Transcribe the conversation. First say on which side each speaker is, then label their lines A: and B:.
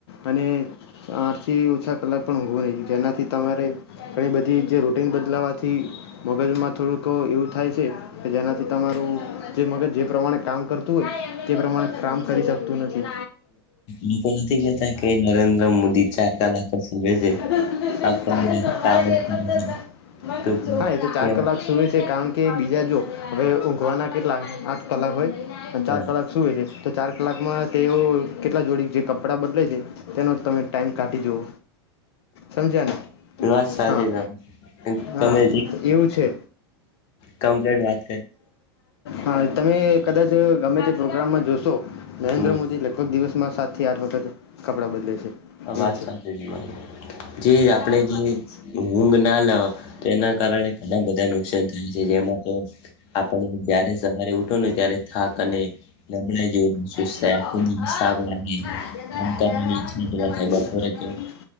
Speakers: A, on the left; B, on the left.
A: અને આઠ થી ઓછા કલાક પણ ઊઘવું નહી જેનાથી તમારે ઘણી બધી જે રૂટિન બદલાવાથી મગજમાં થોડુંક એવું થાય છે કે જેનાથી તમારું જે મગજ જે પ્રમાણે કામ કર તે પ્રમાણે કામ કરી શકતું નથી
B: લોકો નથી કેતા કે નરેન્દ્ર મોદી ચાર કલાક સુવે છે
A: <unintelligible>
B: આખો દિવસ કામ જ કરે છે તો
A: હા એ તો ચાર
B: તેમ
A: કલાક સુૂય છે કારણ કે બીજા જો હવે ઊંઘવાના કેટલા આઠ કલાક હોય અને
B: હા
A: ચાર કલાક શું છે તો ચાર કલાકમાં તેઓ કેટલા જોડી જે કપડાં બદલે છે તેનો તમે ટાઈમ કાઢી જુઓ સમજ્યા ને
B: વાત સાચી
A: હા
B: ત તમે
A: હા તો એવું છે
B: કમપ્લેન્ટ વા
A: હા તમે કદાચ ગમે તે પ્રોગ્રામમાં જોશો નરેન્દ્ર
B: હમ
A: મોદી લ કો દિવસમાં સાતથી આઠ વખત કપડાં બદલે છે
B: વાત
A: એવું છે
B: સાચી જે આપણે
A: જાણું
B: જે
A: કોલેજ
B: ઊંઘ ના લેવા એના કારણે ઘણા બધા નુકસાન થાય છે, જેમાં તો આપણ જારે સવારે ગમે ત્યારે થાક અને નબળાઈ જેવું <inaudible> સસ્તું
A: એ કીટુ
B: થાય, આખો
A: મારા
B: દિવસ થાક લાગે.
A: આજે તાર
B: કામ
A: હારે
B: કરવાની
A: હારે આવવાની
B: ઈચ્છા
A: ગીતામાંથી
B: જ થાય
A: ઘર
B: બપોરે.
A: બતાવવાની.
B: તો,